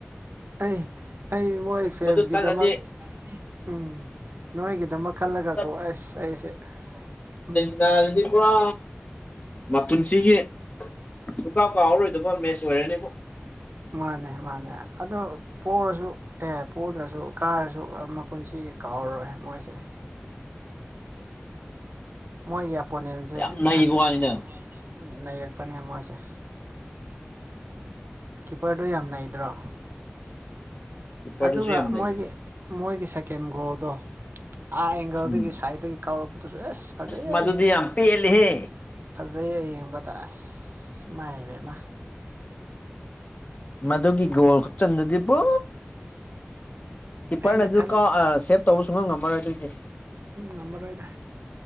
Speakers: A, on the right (about 60°); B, on the left (about 40°).
A: ꯑꯩ ꯑꯩ ꯃꯣꯏ
B: ꯑꯁ
A: ꯐꯦꯟꯁꯀꯤꯗꯃꯛ
B: ꯃꯗꯨ ꯇꯜꯂꯗꯤ
A: ꯎꯝ ꯅꯣꯏꯒꯤꯗꯃꯛ ꯈꯜꯂꯒꯀꯣ
B: ꯃꯗꯨ
A: ꯑꯩꯁ ꯑꯩꯁꯦ ꯎꯝ꯫
B: ꯂꯥꯜꯗꯤꯕ꯫ ꯃꯄꯨꯟꯁꯤꯒꯤ ꯁꯨꯛꯀꯥꯎ ꯀꯥꯎꯔꯔꯣꯏꯗꯕ ꯃꯦꯆ ꯑꯣꯏꯔꯅꯤꯕꯨ꯫
A: ꯃꯥꯅꯦ ꯃꯥꯅꯦ ꯑꯗꯣ ꯄꯣꯛꯔꯁꯨ ꯑꯦ ꯄꯣꯗ꯭ꯔꯁꯨ ꯀꯥꯔꯁꯨ ꯑꯃ ꯃꯄꯨꯟꯁꯤꯒꯤ ꯀꯥꯎꯔꯔꯣꯏ ꯃꯣꯏꯁꯦ ꯃꯣꯏꯒꯤ ꯑꯣꯄꯣꯅꯦꯟꯁꯦ
B: ꯌꯥꯝ ꯅꯩꯕ ꯋꯥꯅꯤꯗ
A: ꯉꯁꯤ ꯅꯩꯔꯛꯄꯅꯦ ꯃꯣꯏꯁꯦ ꯀꯤꯄꯔꯗꯣ ꯌꯥꯝ ꯅꯩꯗ꯭ꯔꯣ꯫
B: ꯀꯤꯞꯄꯔꯗꯨꯁꯨ
A: ꯑꯗꯨꯒ
B: ꯌꯥꯝ ꯅꯩꯌꯦ
A: ꯃꯣꯏꯒꯤ ꯃꯣꯏꯒꯤ ꯁꯦꯀꯦꯟ ꯒꯣꯜꯗꯣ꯫ ꯑꯥ ꯑꯦꯡꯒꯜꯗꯒꯤ
B: ꯎꯝ
A: ꯁꯥꯏꯠꯇꯒꯤ ꯀꯥꯎꯔꯛꯄꯗꯨꯁꯨ ꯑꯦꯁ ꯐꯖꯩꯍꯦ꯫
B: ꯑꯁ ꯃꯗꯨꯗꯤ ꯌꯥꯝ ꯄꯦꯜꯂꯤꯍꯦ
A: ꯐꯖꯩꯌꯦ ꯌꯦꯡꯕꯗ ꯑꯁ ꯃꯥꯏꯕꯃ
B: ꯃꯗꯨꯒꯤ ꯒꯣꯜ ꯀꯞꯆꯟꯗꯨꯗꯤꯕꯣ ꯀꯤꯞꯄꯔꯅꯁꯨ
A: ꯑꯩꯅ ꯈꯜ
B: ꯀꯥꯎ ꯁꯦꯞ ꯇꯧꯕꯁꯨꯨꯡ ꯉꯝ ꯉꯝꯃꯔꯣꯏ ꯑꯗꯨꯏꯗꯤ
A: ꯑꯗꯨꯝ ꯉꯝꯃꯔꯣꯏꯗ